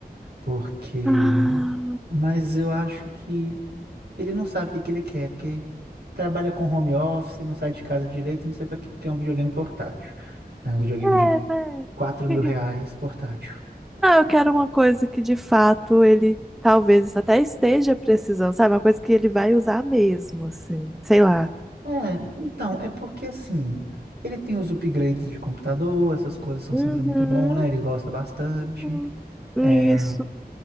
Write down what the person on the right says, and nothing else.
porque...
Mas eu acho que Ele não sabe o que que ele quer, porque trabalha com home office, não sai de casa direito, não sei para que que é um videogame portátil. É um videogame
de
quatro mil
reais portátil.
É, então, é porque assim, ele tem os upgrades de computador, essas coisas são
sempre muito bom, né? Ele gosta bastante.
É,